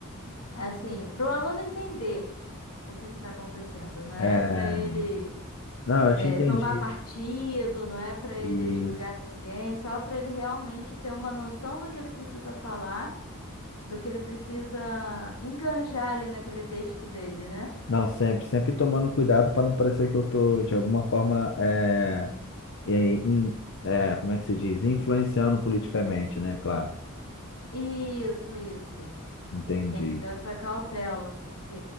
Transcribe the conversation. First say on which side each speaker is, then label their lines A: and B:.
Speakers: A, on the left (about 85°); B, on the left (about 60°).
A: assim, para o aluno entender o que está acontecendo, não é
B: É,
A: para ele
B: não, eu
A: é,
B: te entendi.
A: tomar partido, não é para ele
B: Isso.
A: julgar ninguém, só para ele realmente ter uma noção do que ele precisa falar, do que ele precisa enganjar ali naquele texto dele, né?
B: Não, sempre, sempre tomando cuidado para não parecer que eu tô de alguma forma é, é, in- é, como é que se diz? Influenciando politicamente, né? Claro.
A: Isso, isso.
B: Entendi.
A: Tem que ter essa cautela, porque